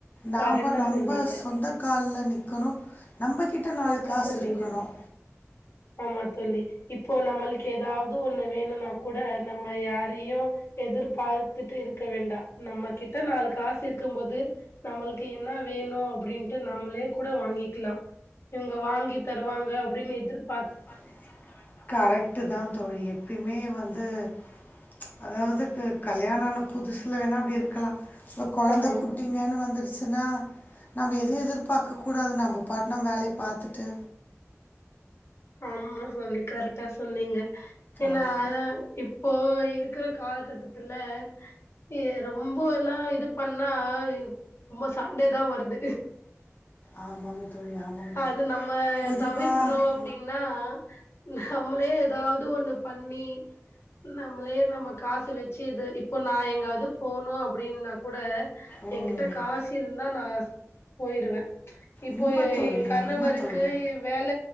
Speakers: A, on the left (about 35°); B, on the left (about 55°).
A: நாம
B: கரெக்டா
A: நம்ம
B: சொன்னீங்க
A: சொந்த கால்ல நிக் கொணோ நம்பகிட்ட நாலு
B: கரெக்டா
A: காசு
B: சொன்னீங்க
A: இருக்கணும்
B: ஆமா தோழி இப்போ நம்மல்க்கு ஏதாவது ஒண்ணு வேணுனா கூட நம்ம யாரையும் எதிர்பார்த்துட்டு இருக்க வேண்டாம், நம்ம கிட்ட நாலு காசு இருக்கும் போது நம்மல்க்கு என்னா வேணும் அப்டின்ட்டு நம்மளே கூட வாங்கிக்லாம் இவங்க வாங்கி தருவாங்க அப்படின்னு எதிர்
A: பாத்துட்டே இருக்க வேண்டாம், கரெக்ட் தான் தோழி எப்பயுமே வந்து அ அதாவது கல்யாணான புதுசுல வேணா அப்டி இருக்கலாம் இப்ப கொழந்த
B: ஆமா
A: குட்டிங்கனு வந்துருச்சு நா நம்ம எதும் எதிர்பார்க்க கூடாது நம்ம பாட்டு நம்ம வேலைய பாத்துட்டு
B: ஆமா தோழி கரக்டா சொன்னீங்க ஏன்னா
A: ஆமாங்க
B: இப்போ இருக்கற காலகட்டத்துல ஏ ரொம்பலாம் இது பண்ணா ரொம்ப சண்டதா வருது,
A: ஆமாங்க தோழி ஆமாங்க தோழி
B: அது நம்ம
A: பொதுவாக
B: தவிர்க்ணும். ஆஹ் நம்ளே எதாவுது ஒன்னு பண்ணி நம்ளே நம்ம காசு வச்சு இது இப்போ நா எங்காவது போனும் அப்டினா கூட
A: ம்
B: என்கிட்ட காசு இருந்தா நா போயிருவ, இப்போ
A: உண்மை
B: என்
A: தோழி
B: கணவருக்கு
A: உண்மை தோழி
B: வேல